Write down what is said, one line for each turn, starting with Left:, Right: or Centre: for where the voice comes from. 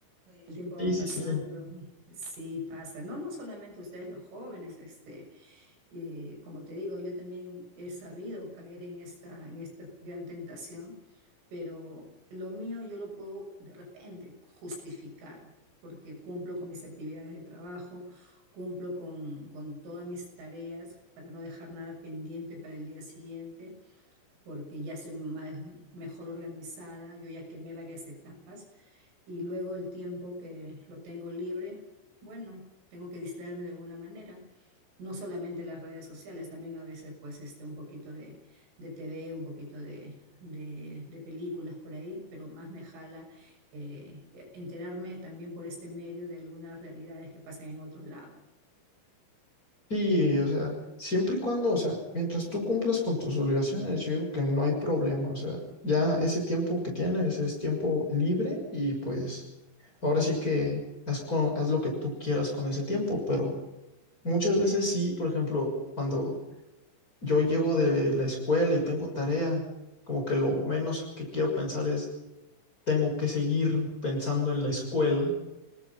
Right: El tiempo va
Left: sí, sí,
Right: pasando,
Left: sí.
Right: sí pasa, no, no solamente ustedes los jóvenes, este, Eh, como te digo, yo también he sabido caer en esta, en esta gran tentación, pero lo mío yo lo puedo de repente justificar porque cumplo con mis actividades de trabajo, cumplo con, con todas mis tareas para no dejar nada pendiente para el día siguiente porque ya soy más, mejor organizada, yo ya quemé varias etapas y luego el tiempo que lo tengo libre, bueno, tengo que distraerme de alguna manera. No solamente las redes sociales, también a veces pues este, un poquito de, de TV, un poquito de, de- de películas por ahí, pero más me jala eh, e, enterarme también por este medio de algunas realidades que pasan en otro lado.
Left: Sí, o sea, siempre y cuando, o sea, mientras tú cumplas con tus obligaciones, yo digo que no hay problema, o sea, ya ese tiempo que tienes es tiempo libre y pues ahora sí que haz, co- haz lo que tú quieras con ese tiempo, pero muchas veces sí, por ejemplo, cuando yo llego de la escuela y tengo tarea, como que lo menos que quiero pensar es, tengo que seguir pensando en la escuela,